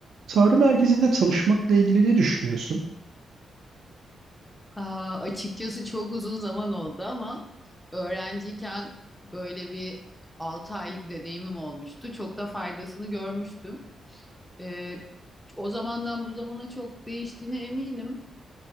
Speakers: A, on the right; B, in the centre.
A: Çağrı merkezinde çalışmakla ilgili ne düşünüyorsun?
B: Aa, açıkçası çok uzun zaman oldu ama öğrenciyken böyle bir 6 aylık deneyimim olmuştu. Çok da faydasını görmüştüm. Ee, o zamandan bu zamana çok değiştiğine eminim